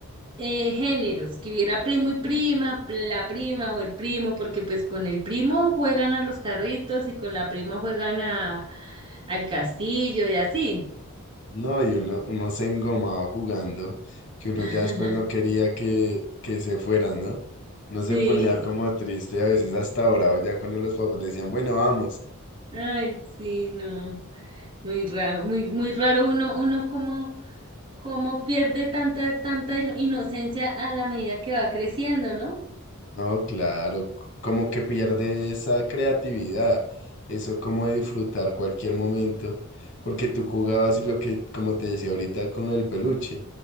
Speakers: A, on the right; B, on the left.
A: eh, géneros, que hubiera primo y prima, la prima o el primo, porque pues con el primo juegan a los carritos y con la prima juegan a, al castillo y así.
B: No, y uno, uno se engomaba jugando, que uno
A: <laughs>
B: ya después no quería que, que se fueran, ¿no? No
A: Sí,
B: se ponía como triste, a veces hasta bravo, ya cuando los papás decían, bueno, vamos.
A: ay, sí, no, muy raro, muy, muy raro uno, uno como, como pierde tanta, tanta ino- inocencia a la medida que va creciendo, ¿no?
B: No, claro, c- como que pierde esa creatividad, eso como de disfrutar cualquier momento, porque tú jugabas y lo que, como te decía ahorita con lo del peluche,